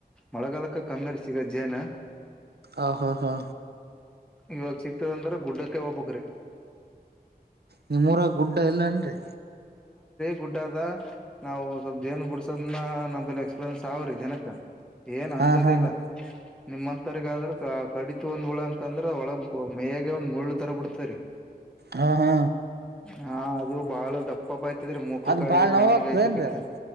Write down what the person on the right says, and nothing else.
ಆ ಹಾ ಹಾ
ನಿಮ್ಮೂರಾಗ ಗುಡ್ಡ ಎಲ್ಲೇನ್ರಿ.
ಹಾ
ಹಾ
ಹಾ
ಹಾ ಹಾ
ಅದ್
ಬಾಳ್
ನೋವ ಆಗ್ತದೇನ್ರಿ
ಅದ